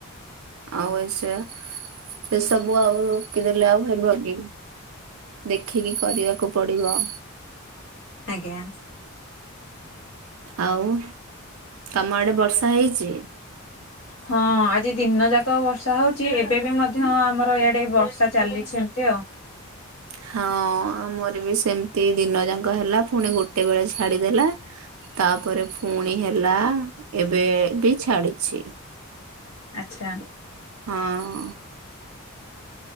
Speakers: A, on the right; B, on the left.
A: ଆଉ ଏ ସେୟା ସେସବୁ ଆଉ ପକିଦେଲେ ଆଉ ହେବକି ଦେଖିକି କରିବାକୁ ପଡିବ।
B: ଆଜ୍ଞା।
A: ଆଉ କାମ ଆଡେ ବର୍ଷା ହେଇଛି?
B: ହଁ ଆଜି ଦିନ ଯାକ ବର୍ଷା ହଉଚି ଏବେ ବି ମଧ୍ୟ ଆମର ଏଇଆଡେ ବ ବର୍ଷା ଚାଲିଛି ଏମତି ଆଉ।
A: ହଁ ଆମର ବି ସେମ ତି ଦିନ ଯାକ ହେଲା ପୁଣି ଗୋଟେ ବେଳେ ଛାଡିଦେଲା ତାପରେ ଫୁ ପୁଣି ହେଲା ଏବେ ବି ଛାଡିଛି।
B: ଆଚ୍ଛା।
A: ହଁ।